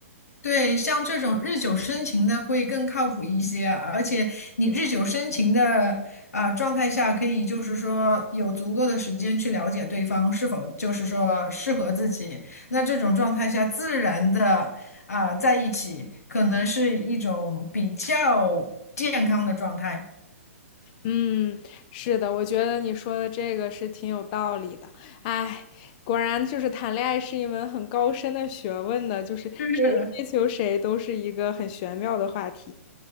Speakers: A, on the left; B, on the left.
A: 对，像这种日久生情的会更靠谱一些，而且你日久生情的啊、状态下，可以就是说有足够的时间去了解对方是否就是说适合自己。那这种状态下，自然的啊、在一起，可能是一种比较健康的状态。
B: 嗯，是的，我觉得你说的这个是挺有道理的。哎，果然就是谈恋爱是一门很高深的学问的，就是谁追求谁都是一个很玄妙的话题。
A: 就是